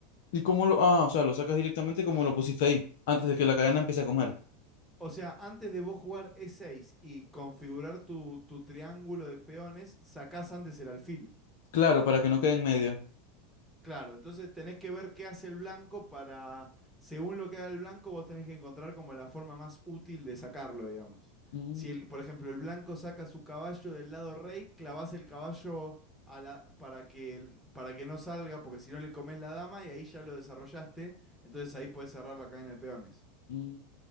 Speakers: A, on the left; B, in the centre.
A: ¿Y cómo lo...? Ah, o sea, lo sacas directamente como lo pusiste ahí, antes de que la cadena empiece a comer.
B: O sea, antes de vos jugar E6 y configurar tu, tu triángulo de peones, sacás antes el alfil.
A: Claro, para que no quede en medio.
B: Claro, entonces tenés que ver qué hace el blanco para, según lo que haga el blanco, vos tenés que encontrar como la forma más útil de sacarlo, digamos.
A: Mm,
B: Si, el, por ejemplo, el blanco saca su caballo del lado rey, clavás el caballo a la- para que, el- para que no salga, porque si no le comes la dama y ahí ya lo desarrollaste, entonces ahí puedes cerrar la cadena de peones.
A: mm.